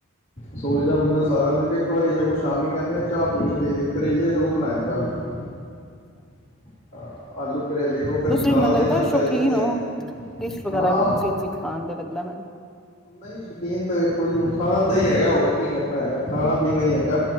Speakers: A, on the left; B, in the centre.
A: <inaudible> ਸੋਲ। ਬੰਦਾ ਸਾਰਾ ਦਿਨ ਇੱਕ ਵਾਰੀ ਸਭ ਕੁਛ ਮੰਮੀ ਕੈੰਦੇ ਚਾਹ ਪੀਣੀ ਚਾਈਦੀ ਏ, ਕਰੇਲੇ ਸਗੋਂ ਬਣਾਏ ਕੱਲ <inaudible> ਅ ਆਲੂ। ਕਰੇਲੇ ਉਹ ਫਿਰ
B: ਤੁਸੀਂ
A: ਦਾਲ
B: ਮੈਨੂੰ
A: ਦੇ
B: ਲੱਗਦਾ
A: ਨਾਲ ਚਲ ਜਾਂਦੇ
B: ਹੋ।
A: ਨੇ।
B: ਡਿਸ਼ ਵਗੈਰਾ
A: ਹਾਂ
B: ਅਛੀ ਅਛੀ ਖਾਣ ਦੇ ਲਗਦਾ ਮੈਨੂੰ।
A: ਨਹੀਂ ਸ਼ੌਕੀਨ ਤੇ ਵੇਖੋ ਜੀ ਹੁਣ ਖਾਣ ਦਾ ਈ ਹੇਗਾ ਹੋਰ ਕੀ ਕਰਨਾ ਹੈ ਖਾਣਾ ਪੀਣਾ ਹੀ ਹੈਗਾ।